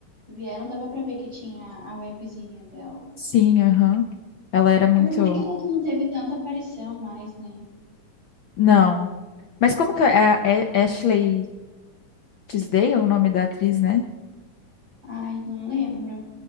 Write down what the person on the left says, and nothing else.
Sim, aham. Ela era muito.
Não. Mas como que é, é Ashley Tisdale, o nome da atriz, né?